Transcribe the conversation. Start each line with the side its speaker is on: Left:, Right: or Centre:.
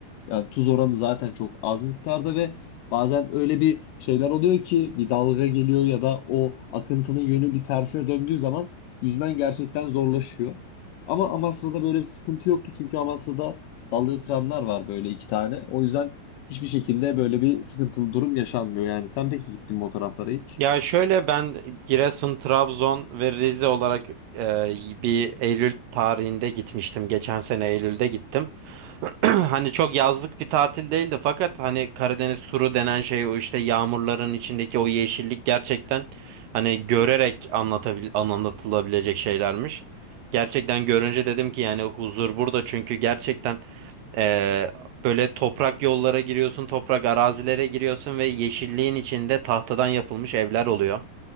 Left: Yani tuz oranı zaten çok az miktarda ve bazen öyle bir şeyler oluyor ki bir dalga geliyor ya da o akıntının yönü bir tersine döndüğü zaman yüzmen gerçekten zorlaşıyor. Ama Amasra'da böyle bir sıkıntı yoktu çünkü Amasra'da dalga kıranlar var böyle iki tane. O yüzden hiçbir şekilde böyle bir sıkıntılı durum yaşanmıyor yani. Sen peki gittin mi o taraflara hiç?
Right: Ya şöyle ben Giresun, Trabzon ve Rize olarak e, bir Eylül tarihinde gitmiştim. Geçen sene Eylül'de gittim. <clears throat> Hani çok yazlık bir tatil değildi fakat hani Karadeniz turu denen şey o işte yağmurların içindeki o yeşillik gerçekten hani görerek anlatabil anlatılabilecek şeylermiş. Gerçekten görünce dedim ki yani huzur burada çünkü gerçekten Ee, böyle toprak yollara giriyorsun, toprak arazilere giriyorsun ve yeşilliğin içinde tahtadan yapılmış evler oluyor.